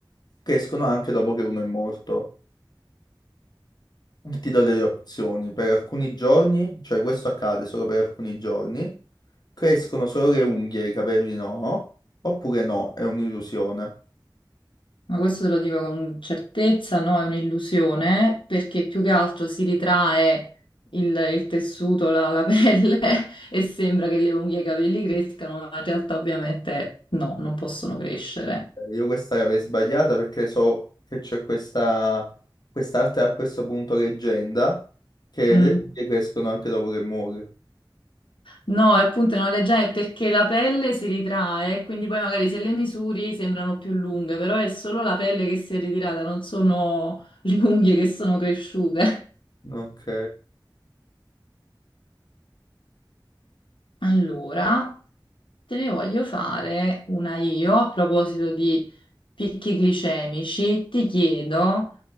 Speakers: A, on the left; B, on the left.
A: crescono anche dopo che uno è morto. Ti do delle opzioni. Per alcuni giorni, cioè questo accade solo per alcuni giorni, crescono solo le unghie, i capelli no, oppure no, è un'illusione.
B: Ma questo te lo dico con certezza, no, è un'illusione perché più che altro si ritrae il, il tessuto, la, la pelle <laughs> e sembra che le unghie e i capelli crescano, ma in realtà ovviamente no, non possono crescere.
A: Eh, Io questa l'avevo sbagliata perché so che c'è questa quest'arte a questo punto leggenda che
B: Mm.
A: le figlie crescono anche dopo che muori.
B: No, è appunto una leggenda è perché la pelle si ritrae, quindi poi magari se le misuri sembrano più lunghe, però è solo la pelle che si è ritirata, non sono le unghie che sono cresciute.
A: Ok,
B: Allora. Te ne voglio fare una io a proposito di picchi glicemici. Ti chiedo,